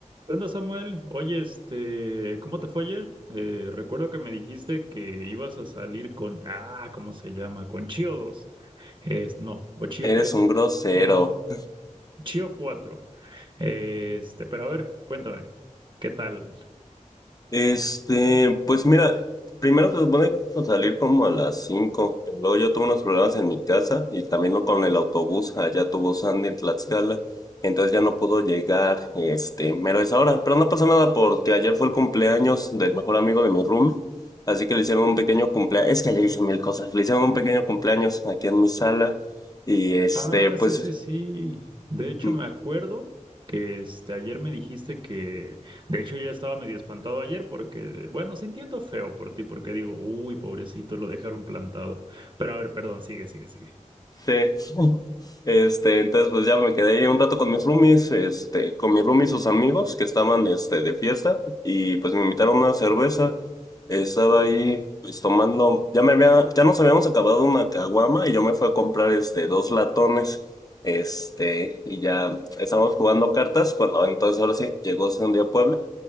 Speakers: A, on the right; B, on the left.
A: ¿Qué onda, Samuel? Oye, este, ¿cómo te fue ayer? Eh, recuerdo que me dijiste que ibas a salir con, ah, ¿cómo se llama? Con Chio dos, Es, no, o Chio
B: Eres
A: tres,
B: un grosero.
A: No, Chio cuatro, Este, pero a ver, cuéntame, ¿qué tal?
B: Este, pues mira, primero se supone que vamos a salir como a las 5 pero luego yo tuve unos problemas en mi casa y también no con el autobús, allá tuvo Sandy en Tlaxcala, entonces ya no pudo llegar, este, mero es ahora, pero no pasa nada porque ayer fue el cumpleaños del mejor amigo de mi room, así que le hicieron un pequeño cumpleaños, es que ayer hice mil cosas, le hicieron un pequeño cumpleaños aquí en mi sala y este,
A: Ah,
B: pues,
A: sí, sí, sí. De hecho,
B: mm,
A: me acuerdo que este, ayer me dijiste que, de hecho, yo ya estaba medio espantado ayer porque, bueno, sintiendo feo por ti, porque digo, uy, pobrecito, lo dejaron plantado. Pero a ver, perdón, sigue, sigue, sigue.
B: sí. Este, entonces pues ya me quedé ahí un rato con mis roomies, este, con mis roomies sus amigos que estaban, este, de fiesta y pues me invitaron a una cerveza. Estaba ahí, pues tomando, ya me había, ya nos habíamos acabado una caguama y yo me fui a comprar, este, dos latones, este, y ya estábamos jugando cartas cuando entonces ahora sí llegó Sandy a Puebla